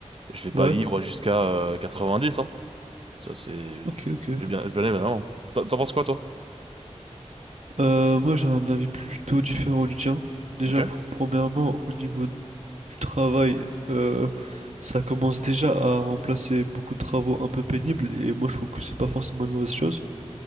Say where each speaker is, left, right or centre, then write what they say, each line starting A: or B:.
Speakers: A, on the right (about 50°); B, on the right (about 70°).
A: Je vais pas
B: Ouais.
A: vivre jusqu'à, euh, 90, hein. Ça, c'est,
B: Ok,
A: je,
B: ok.
A: je vais bien, je vais aller, évidemment. T'en t'en penses quoi, toi?
B: Euh, moi, j'ai un avis plutôt différent du tien. Déjà,
A: Ok.
B: pr- premièrement, au niveau du travail, euh, ça commence déjà à remplacer beaucoup de travaux un peu pénibles, et moi, je trouve que c'est pas forcément une mauvaise chose.